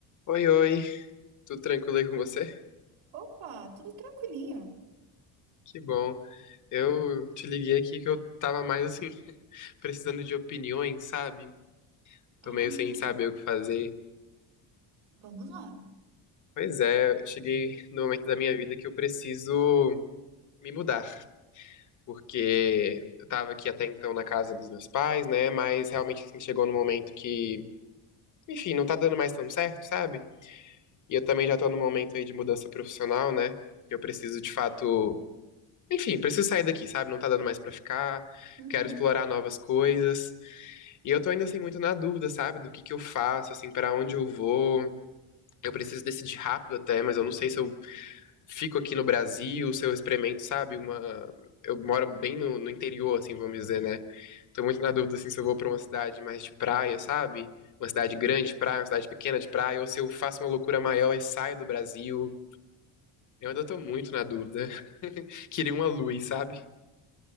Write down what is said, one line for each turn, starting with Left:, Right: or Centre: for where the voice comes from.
Left: Oi, oi, tudo tranquilo aí com você?
Right: Opa, tudo tranquilinho.
Left: Que bom. Eu te liguei aqui que eu tava mais assim, <laughs> precisando de opiniões, sabe? Tô
Right: Ah,
Left: meio sem saber o que fazer.
Right: vamos lá.
Left: Pois é, cheguei no momento da minha vida que eu preciso me mudar, porque eu tava aqui até então na casa dos meus pais, né? Mas realmente assim, chegou no momento que, enfim, não tá dando mais tão certo, sabe? E eu também já tô no momento aí de mudança profissional, né? Eu preciso de fato Enfim, preciso sair daqui, sabe? Não tá dando mais pra ficar.
Right: Uhum.
Left: Quero explorar novas coisas. E eu tô ainda assim muito na dúvida, sabe? Do que que eu faço, assim, pra onde eu vou. Eu preciso decidir rápido até, mas eu não sei se eu fico aqui no Brasil, se eu experimento, sabe? Uma. Eu moro bem no, no interior, assim, vamos dizer, né? Tô muito na dúvida, assim, se eu vou pra uma cidade mais de praia, sabe? Uma cidade grande de praia, uma cidade pequena de praia, ou se eu faço uma loucura maior e saio do Brasil. Eu ainda tô muito na dúvida. <laughs> Queria uma luz, sabe?